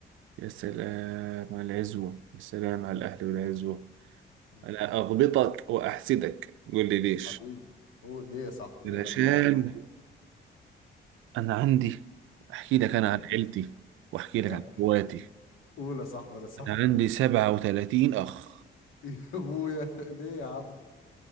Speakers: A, on the right; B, on the left.
A: يا سلام على العزوة يا سلام على الأهل والعزوة
B: مم.
A: أنا أغبطك وأحسدك قول لي ليش
B: حبيبي قول ليه يا صاحبي قول
A: علشان
B: انا معاك اهو
A: أنا عندي أحكي لك أنا
B: اه
A: عن عيلتي وأحكي لك عن
B: احكي
A: إخواتي
B: قول يا صاحبي انا صاحبي
A: أنا عندي 37 أخ
B: يا ابويا ليه يا عم